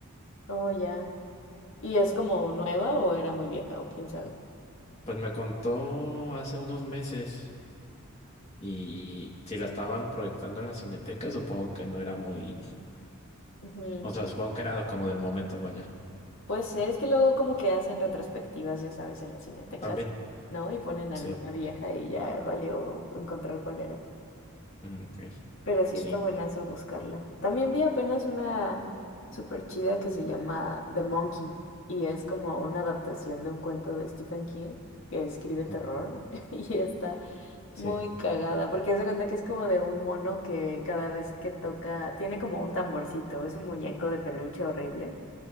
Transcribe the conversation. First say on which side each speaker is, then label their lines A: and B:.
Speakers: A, on the left (about 55°); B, on the left (about 30°).
A: Oh, ya. ¿Y es como nueva o era muy vieja o quién sabe?
B: Pues me contó hace unos meses y si la estaban proyectando en la Cineteca, supongo que no era muy,
A: Ujú.
B: o sea, supongo que era como del momento, vaya.
A: Puede ser, es que luego como que hacen retrospectivas, ya sabes, en las cinetecas,
B: También,
A: ¿no? Y ponen alguna
B: sí,
A: vieja y ya valió encontrar cuál era.
B: mm, ok,
A: Pero sí
B: sí,
A: está buenazo buscarla. También vi apenas una súper chida que se llama The Monkey y es como una adaptación de un cuento de Stephen King que escribe terror
B: o-
A: <laughs> y está
B: sí,
A: muy cagada porque hace cuenta que es como de un mono que cada vez que toca, tiene como un tamborcito, es un muñeco de peluche horrible